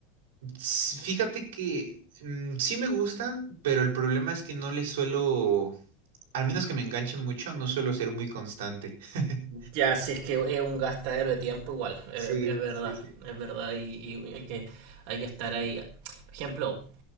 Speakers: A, on the right; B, on the right.
A: S- Fíjate que mm, sí me gustan, pero el problema es que no les suelo, al menos que me enganchen mucho, no suelo ser muy constante. <laughs>
B: Ya, si es que es un gastadero de tiempo igual, es,
A: Sí,
B: es- es verdad,
A: sí, sí.
B: es verdad y, y hay que, hay que estar ahí. Por ejemplo,